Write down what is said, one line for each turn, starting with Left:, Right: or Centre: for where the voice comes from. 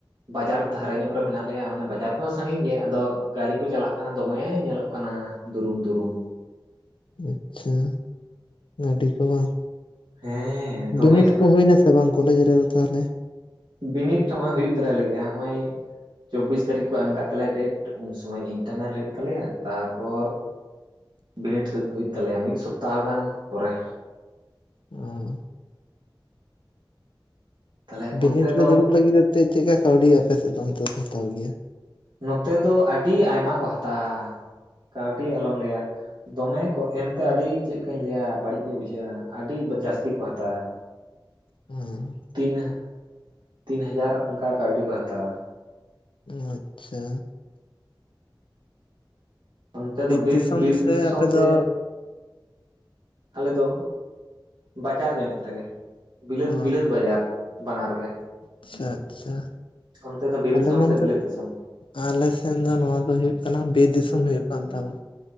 Right: ᱵᱟᱡᱟᱨ ᱫᱷᱟᱨᱮ ᱧᱚᱜ ᱨᱮ ᱢᱮᱱᱟᱜ ᱞᱮᱭᱟ ᱢᱟᱱᱮ ᱵᱟᱡᱟᱨ ᱛᱷᱚᱲᱟ ᱥᱟᱺᱟᱹᱜᱤᱧ ᱜᱮᱭᱟ ᱟᱫᱚ ᱜᱟᱹᱲᱤ ᱠᱚ ᱪᱟᱞᱟᱜ ᱠᱟᱱᱟ ᱫᱚᱢᱮ ᱧᱮᱞᱚᱜ ᱠᱟᱱᱟ ᱫᱩᱨᱩᱢ ᱫᱩᱨᱩᱢ᱾
Left: ᱟᱪᱪᱷᱟ ᱜᱟᱹᱰᱤ ᱠᱚ ᱵᱟᱝ?
Right: ᱦᱮᱸ ᱫᱚᱢᱮ
Left: ᱵᱤᱱᱤᱰ
Right: ᱪᱟᱞᱟᱜ
Left: ᱠᱚ
Right: ᱠᱟᱱᱟ
Left: ᱦᱳᱭ ᱱᱟᱥᱮ ᱥᱮ ᱵᱟᱝ ᱠᱚ ᱞᱮᱭ ᱫᱟᱨᱮ ᱫᱚ ᱛᱟᱦᱚᱞᱮ᱾
Right: ᱵᱤᱱᱤᱛ ᱚᱦᱚᱸᱜ ᱚᱚᱭ ᱦᱩᱭᱩᱜ ᱛᱟᱞᱮ ᱞᱟᱹᱜᱤᱫᱼᱟ ᱦᱚᱸᱼᱚᱭ ᱪᱚᱵᱵᱤᱥ ᱛᱟᱨᱤᱠᱷ ᱠᱚ ᱮᱢ ᱠᱟ ᱛᱟᱞᱮᱭᱟ ᱰᱮᱴ ᱩᱱ ᱥᱩᱚᱢᱚᱭ ᱤᱱᱴᱟᱨᱱᱮᱞ ᱦᱩᱭᱩᱜ ᱛᱟᱞᱮᱭᱟ ᱛᱟᱨᱯᱚᱨ ᱵᱤᱱᱰ ᱥᱮᱫ ᱫᱚ ᱦᱩᱭᱩᱜ ᱛᱟᱞᱮᱭᱟ ᱢᱤᱫ ᱥᱚᱯᱛᱟᱦᱚ ᱜᱟᱱ ᱯᱚᱨᱮ᱾
Left: ᱚ᱾
Right: ᱛᱟᱦᱚᱞᱮ
Left: ᱵᱤᱱᱤᱰ
Right: ᱚᱱᱛᱮ ᱫᱚ
Left: ᱨᱮ ᱫᱩᱲᱩᱵ ᱞᱟᱹᱜᱤᱫ ᱛᱮ ᱪᱮᱫ ᱪᱮᱫᱠᱟ ᱠᱟᱹᱣᱰᱤ ᱟᱯᱮ ᱥᱮᱫ ᱫᱚ ᱚᱱᱛᱮ ᱠᱚ ᱦᱟᱛᱟᱣ ᱜᱮᱭᱟ?
Right: ᱱᱚᱛᱮ ᱫᱚ ᱟᱹᱰᱤ ᱟᱭᱢᱟ ᱠᱚ ᱦᱟᱛᱟᱣᱟ ᱠᱟᱹᱣᱰᱤ ᱟᱞᱚᱢ ᱞᱟᱹᱭᱟ᱾ ᱫᱚᱢᱮ ᱠᱚ ᱮᱢᱠᱟ ᱟᱹᱰᱤ ᱪᱮᱫ ᱞᱮᱠᱟᱧ ᱞᱟᱹᱭᱟ ᱵᱟᱹᱲᱤᱡ ᱜᱮ ᱵᱩᱡᱷᱟᱹᱜᱼᱟ ᱟᱹᱰᱤ ᱡᱟᱹᱥᱛᱤ ᱠᱚ ᱦᱟᱛᱟᱣᱟ᱾
Left: ᱩᱸ᱾
Right: ᱛᱤᱱ ᱦᱟ ᱛᱤᱱ ᱦᱟᱡᱟᱨ ᱚᱱᱠᱟ ᱠᱟᱹᱣᱰᱤ ᱠᱚ ᱦᱟᱛᱟᱣᱟ᱾
Left: ᱟᱪᱪᱷᱟ᱾
Right: ᱚᱱᱛᱮ ᱫᱚ ᱵᱤᱨ
Left: ᱫᱤᱥᱚᱢ
Right: ᱵᱤᱨ
Left: ᱥᱮ
Right: ᱫᱤᱥᱚᱢ
Left: ᱟᱯᱮ
Right: ᱥᱮ
Left: ᱫᱚ
Right: ᱟᱞᱮ ᱫᱚ ᱵᱟᱡᱟᱨ ᱧᱚᱜ ᱨᱮᱜᱮ᱾ ᱵᱤᱞᱟᱹᱛ
Left: ᱚ
Right: ᱵᱤᱞᱟᱹᱛ ᱵᱟᱡᱟᱨ ᱵᱟᱱᱟᱨ ᱜᱮ᱾
Left: ᱟᱪᱪᱷᱟ ᱟᱪᱪᱷᱟ
Right: ᱚᱱᱛᱮ ᱫᱚ ᱵᱤᱨ
Left: ᱟᱞᱮ
Right: ᱫᱤᱥᱚᱢ
Left: ᱱᱚᱱᱛᱮ
Right: ᱥᱮ ᱵᱤᱞᱟᱛ ᱫᱤᱥᱚᱢ?
Left: ᱟᱞᱮ ᱥᱮᱱ ᱫᱚ ᱱᱚᱣᱟ ᱫᱚ ᱦᱩᱭᱩᱜ ᱠᱟᱱᱟ ᱵᱤᱨ ᱫᱤᱥᱚᱢ ᱦᱩᱭᱩᱜ ᱠᱟᱱ ᱛᱟᱢᱟ